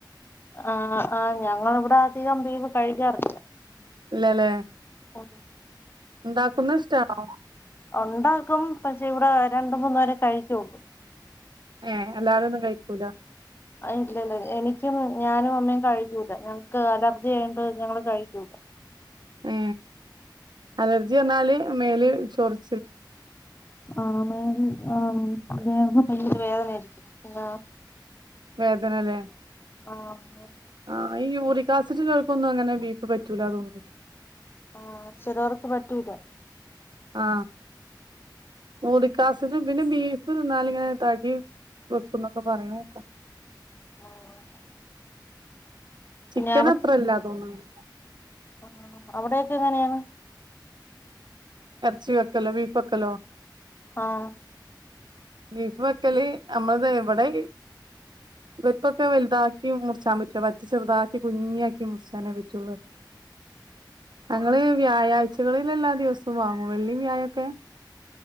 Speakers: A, on the left; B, on the right.
A: ആ ആ ഞങ്ങളിവിടെ അധികം ബീഫ് കഴിക്കാറില്ല
B: ഇല്ലലേ
A: ഉ
B: ഉണ്ടാക്കുന്നത് ഇഷ്ടാണോ
A: ഉണ്ടാക്കും പക്ഷേ ഇവിടെ രണ്ട് മൂന്ന് വരെ കഴിക്കുള്ളൂ
B: ഏ എല്ലാരും ഒന്നും കഴിക്കൂല
A: ഇല്ലല്ല എനിക്കും ഞാനും അമ്മേയും കഴിക്കൂല ഞങ്ങക്ക് അലർജി ആയണ്ട് ഞങ്ങള് കഴിക്കൂല
B: ഏ അലർജി വന്നാല് മേല് ചൊറി
A: ആണ് ആ അവയവം <unintelligible> വേദനയായിരിക്കും ആ
B: വേദനല്ലേ
A: ആഹ്
B: ആ ഈ യൂറിക്കാസിഡുള്ളവർക്കൊന്നും അങ്ങനെ ബീഫ് പറ്റി പറ്റൂല തോനിന്നു
A: ആ ചിലവർക്ക് പറ്റൂല
B: ആ യൂറികാസിടിനും പിന്നെ ബീഫ് തിന്നാല് ഇങ്ങനെ തടി വെക്കുംന്നൊക്കെ പറയ്ണേക്കാ
A: ആഹ്
B: ചിക്കൻ
A: പിന്നെ
B: അത്രല്ലാ തോന്നുണ്ട്
A: ആ അവിടൊക്കെ എങ്ങനെയാണ്
B: ഇറച്ചി വെക്കലോ ബീഫ് വെക്കലോ
A: ആഹ്
B: ബീഫ് വക്കല് നമ്മളത് എവിടെ വെപ്പൊക്കെ വലുതാക്കി മുറിച്ചാൻ പറ്റില്ല വറ്റി ചെറുതാക്കി കുഞ്ഞിയാക്കി മുറിച്ചാനേ പറ്റുള്ളൂ ഞങ്ങള്
A: ആഹ്
B: വ്യാഴാഴ്ച ഴ്ച്ചകളിലെല്ലാ ദിവസവും വാങ്ങും വെള്ളി വ്യായമൊക്കെ